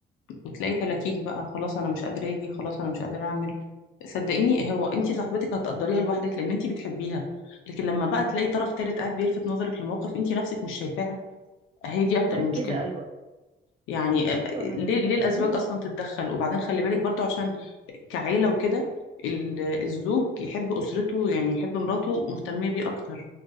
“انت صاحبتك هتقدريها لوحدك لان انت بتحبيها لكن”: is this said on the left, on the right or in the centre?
Left